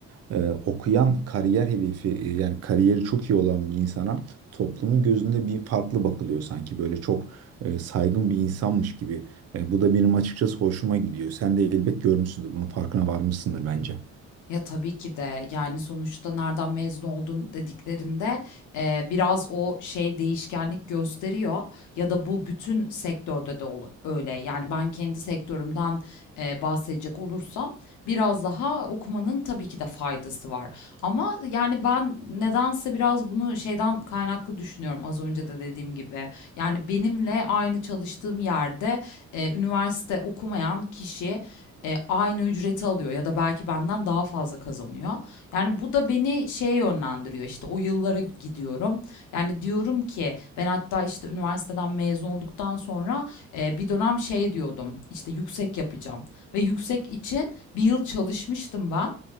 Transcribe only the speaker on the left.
Ya tabii ki de yani sonuçta nereden mezun oldun dediklerinde eee, biraz o şey değişkenlik gösteriyor ya da bu bütün sektörde de ol- öyle. Yani ben kendi sektörümden eee, bahsedecek olursam biraz daha okumanın tabii ki de faydası var. Ama yani ben nedense biraz bunu şeyden kaynaklı düşünüyorum az önce de dediğim gibi. Yani benimle aynı çalıştığım yerde eee, üniversite okumayan kişi e, aynı ücreti alıyor ya da belki benden daha fazla kazanıyor. Yani bu da beni şeye yönlendiriyor işte o yıllara gidiyorum. Yani diyorum ki ben hatta işte üniversiteden mezun olduktan sonra e, bir dönem şey diyordum işte yüksek yapacağım ve yüksek için bir yıl çalışmıştım ben.